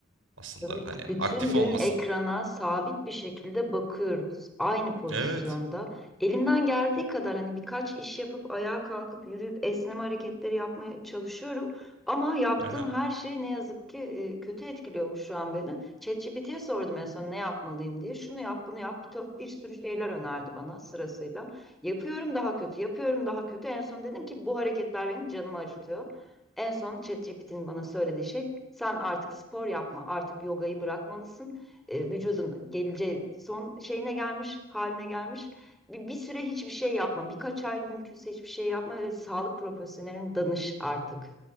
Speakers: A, on the right (about 75°); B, in the centre.
A: aslında
B: Evet,
A: hani
B: bütün
A: aktif
B: gün
A: olmasın.
B: ekrana sabit bir şekilde bakıyoruz. Aynı pozisyonda.
A: Evet.
B: Elimden geldiği kadar hani birkaç iş yapıp ayağa kalkıp yürüyüp esneme hareketleri yapmaya çalışıyorum. Ama yaptığım
A: Aha.
B: her şey ne yazık ki e, kötü etkiliyormuş şu an beni. ChatGPT'ye sordum en son ne yapmalıyım diye. Şunu yap, bunu yap. Bir, to- bir sürü şeyler önerdi bana sırasıyla. Yapıyorum daha kötü, yapıyorum daha kötü. En son dedim ki bu hareketler benim canımı acıtıyor. En son ChatGPT'nin bana söylediği şey sen artık spor yapma, artık yogayı bırakmalısın. E, vücudun geleceği son şeyine gelmiş, haline gelmiş. Bir, bir süre hiçbir şey yapma, birkaç ay mümkünse hiçbir şey yapma ve sağlık profesyoneline danış artık